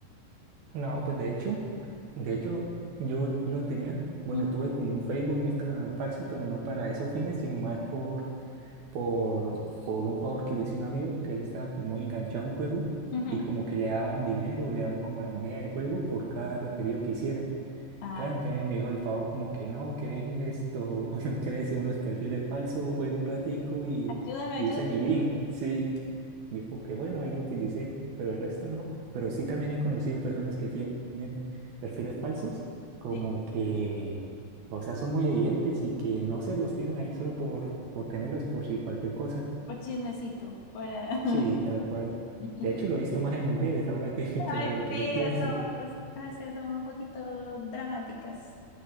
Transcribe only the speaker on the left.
Ujú,
ujú.
Ah,
ayúdame, ayúdame.
Sí.
Por chismecito, por... ah.
<laughs>
Ay,
sí,
estamos, es es que somos un poquito dramáticas,